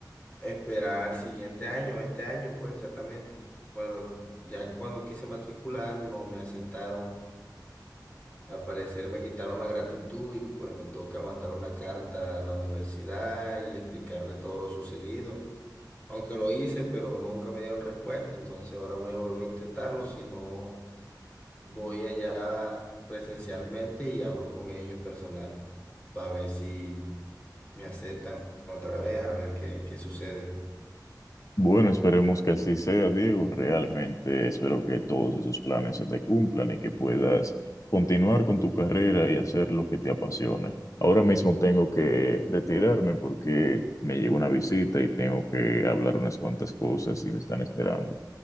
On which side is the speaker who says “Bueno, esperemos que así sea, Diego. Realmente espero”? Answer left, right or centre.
Left